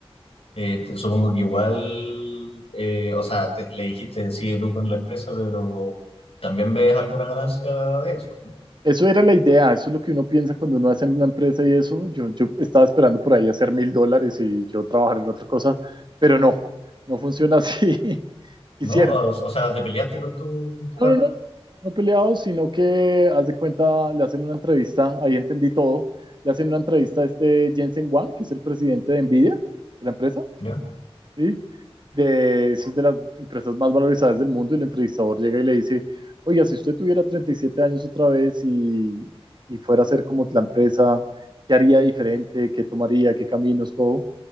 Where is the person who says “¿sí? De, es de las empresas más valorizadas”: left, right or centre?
Right